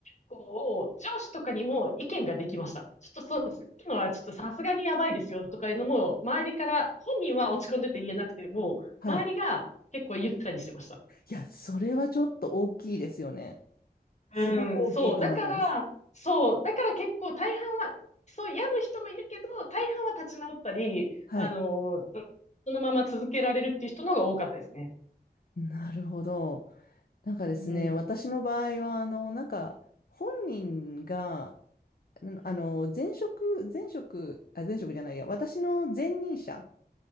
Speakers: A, on the left; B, on the left.
A: こう、上司とかにも意見ができました。ちょっとそう、さっきのはちょっとさすがにやばいですよとかいうのも、周りから、本人は落ち込んでて言えなくても、
B: はい。
A: 周りが結構言ったりしてました。
B: いや、それはちょっと大きいですよね。すごく大きいと思います。
A: うん、そう。だから、そう。だから結構大半は、そう、病む人もいるけど、大半は立ち直ったり、
B: はい。
A: あの、うんそのまま続けられるっていう人の方が多かったですね。
B: なるほど。なんかですね、
A: うん。
B: 私の場合は、
A: う
B: あの、なんか、本人が、
A: ん
B: あの、前職、前職、あ、前職じゃないや、私の前任者